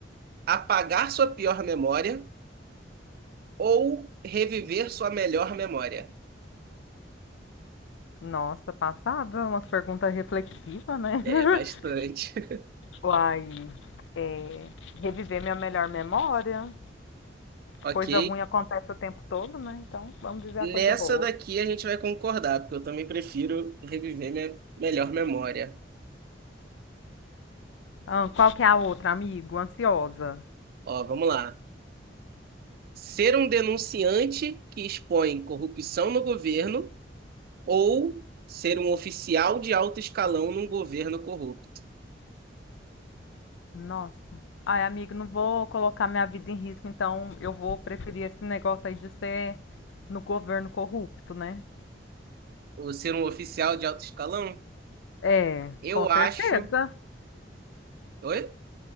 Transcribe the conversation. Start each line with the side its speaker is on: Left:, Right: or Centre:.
Right: apagar sua pior memória ou reviver sua melhor memória?
Left: Nossa, passada, umas perguntas reflexivas, né?
Right: É,
Left: <laughs>
Right: bastante. <laughs>
Left: Uai, é, reviver minha melhor memória.
Right: Ok.
Left: Coisa ruim acontece o tempo todo, né? Então, vamos viver
Right: Nessa
Left: a coisa boa.
Right: daqui a gente vai concordar, porque eu também prefiro reviver minha melhor memória.
Left: Ah, qual que é a outra, amigo? Ansiosa.
Right: Ó, vamos lá. Ser um denunciante que expõe corrupção no governo ou ser um oficial de alto escalão num governo corrupto?
Left: Nossa. Ai, amigo, não vou colocar minha vida em risco, então eu vou preferir esse negócio aí de ser no governo corrupto, né?
Right: Ou ser um oficial de alto escalão?
Left: É,
Right: Eu
Left: com
Right: acho.
Left: certeza.
Right: Oi?